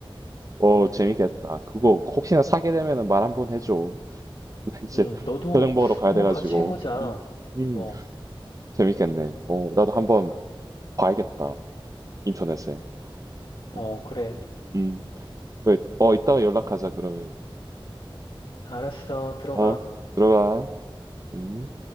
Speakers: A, on the right (about 35°); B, on the left (about 60°).
A: 어 재밌겠다 그거 혹시나 사게 되면은 말 한번 해줘 근데 이제
B: 음, 너도
A: 저녁 먹으러 가야
B: 한번
A: 돼가지고.
B: 같이 해보자.
A: 음, 음,
B: 어,
A: 재밌겠네. 어, 나도 한번
B: 그,
A: 봐야겠다. 인터넷에.
B: 어,
A: 어,
B: 그래.
A: 음, 그래. 어, 이따가 연락하자, 그러면.
B: 알았어. 들어가.
A: 어, 들어가. 음.